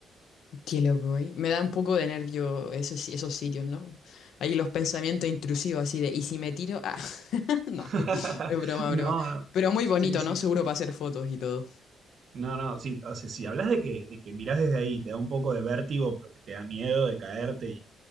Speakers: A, on the left (about 65°); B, on the right (about 40°).
A: Qué loco, ¿eh? Me da un poco de nervio esos, esos sitios, ¿no? Ahí los pensamientos intrusivos así de, ¿y si me tiro? Ah, <laughs> no,
B: <laughs>
A: <laughs> es broma,
B: No,
A: broma.
B: no.
A: Pero muy bonito,
B: Sí, sí.
A: ¿no? Seguro para hacer fotos y todo.
B: No, no, sí. O sea, si hablas de que, de que mirás desde ahí, te da un poco de vértigo porque te da miedo de caerte